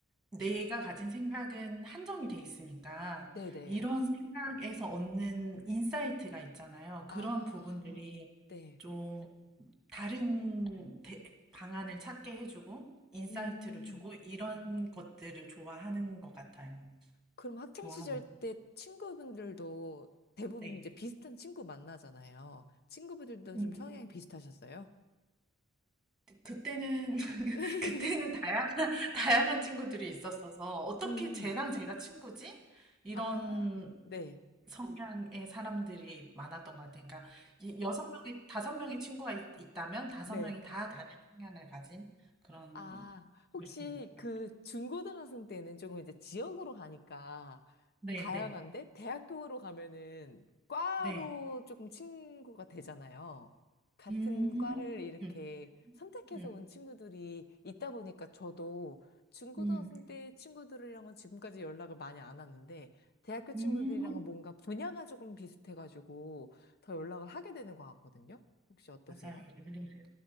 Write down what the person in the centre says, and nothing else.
내가 가진 생각은 한정이 돼 있으니까
이런 생각에서 얻는 인사이트가 있잖아요.
그런 부분들이
좀 다른 대- 방안을 찾게 해주고 인사이트를
주고 이런 것들을 좋아하는 것 같아요.
좋아합니다.
네.
음,
그때는 <laughs>
그때는 다양한 다양한 친구들이 있었어서 어떻게
쟤랑 제가 친구지? 이런
성향의 사람들이 많았던 것 같아요. 그러니까 이 여섯 명이 다섯 명의 친구가 있, 있다면 다섯
명이 다 다른 성향을 가진 그런
였던 것 같아요.
네,
네, 네.
네.
음,
음,
음,
음.
음.
맞아요. 일리세요.